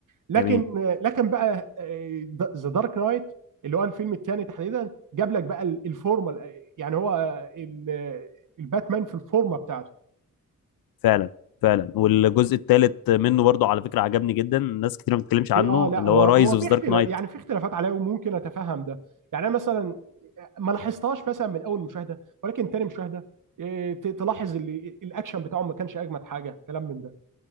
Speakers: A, on the right; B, on the left.
A: لكن
B: جميل
A: آه، لكن بقى ذا دارك نايت اللي هو الفيلم الثاني تحديدا جاب لك بقى الفورمه يعني هو آه، ال- آه، الباتمان في الفورمه بتاعته
B: فعلا فعلا والجزء الثالث منه برضه على فكرة عجبني جدا ناس كتير ما بتتكلمش عنه
A: في اه لا
B: اللي
A: هو
B: هو رايز
A: هو
B: اوف
A: في اختلاف
B: دارك نايت
A: يعني في اختلافات عليا وممكن اتفهم ده يعني انا مثلا ما لاحظتهاش مثلا من اول مشاهده ولكن تاني مشاهده إيه، ت- تلاحظ اللي الاكشن بتاعهم ما كانش اجمد حاجه كلام من ده